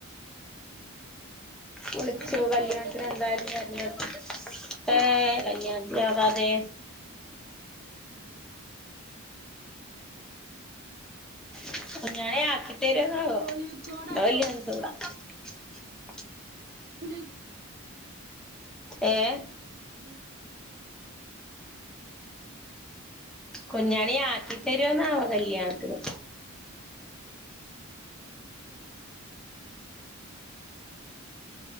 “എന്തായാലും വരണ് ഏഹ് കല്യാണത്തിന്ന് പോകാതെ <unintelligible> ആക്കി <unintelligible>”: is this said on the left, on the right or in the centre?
Centre